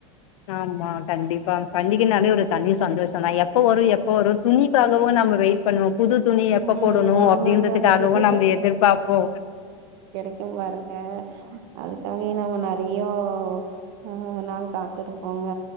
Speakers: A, on the left; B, on the right.
A: ஆமா கண்டிப்பா பண்டிகைனாலே ஒரு தனி சந்தோஷதா எப்ப வரு எப்ப வரு துணிக்காகவு நம்ம வெயிட் பண்ணுவோ புது துணி எப்ப
B: ம்
A: போடணு
B: ஆமாங்க
A: அப்டின்றதுக்காகவு
B: அந்த புது
A: நம்ம எதிர்பாப்போ
B: இங்க பாருங்க அதுக்காக என் நாங்க நெறையோ ம் நாள் காத்துருப்போங்க